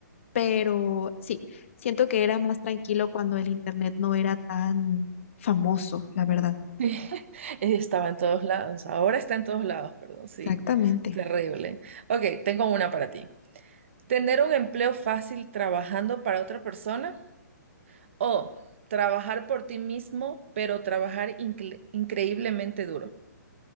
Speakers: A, on the left; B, on the right.
A: pero sí, siento que era más tranquilo cuando el internet no era tan famoso, la verdad.
B: <laughs> Estaba en todos lados, ahora está en todos lados, perdón, sí,
A: Exactamente.
B: terrible. Ok, tengo una para ti. ¿Tener un empleo fácil trabajando para otra persona o trabajar por ti mismo, pero trabajar incre- increíblemente duro?